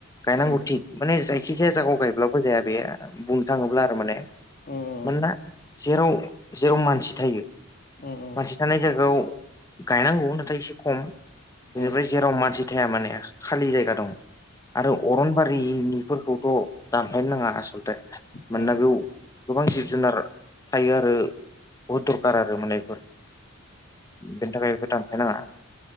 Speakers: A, on the left; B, on the left.
A: गायनांगौ
B: उम
A: थिग माने जाय खिजाया जागायाव गायब्लाबो जाया बेयो बुंनो थाङोब्ला आरो माने।
B: उम।
A: मानोना जेराव जेराव मानसि थायो
B: उम उम
A: मानसि थानाय जायगायाव गायनांगौ नाथाय एसे खम बेनिफ्राय
B: उम
A: जेराव मानसि थाया माने खालि जायगा दं। आरो अरनबारिनिफोरखौथ' दानफायनो नाङा आसलथे।
B: उम
A: मानोना
B: उम
A: बेयाव गोबां जिब जुनार थायो आरो बहुद दरखार आरो माने बेफोर। बेनि थाखाय बेबो दानफायनाङा